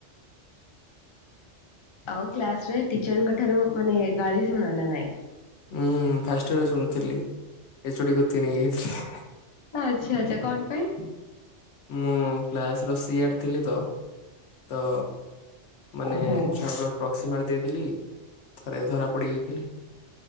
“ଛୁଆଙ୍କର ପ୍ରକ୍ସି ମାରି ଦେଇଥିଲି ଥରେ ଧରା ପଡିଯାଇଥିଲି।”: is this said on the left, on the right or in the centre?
Left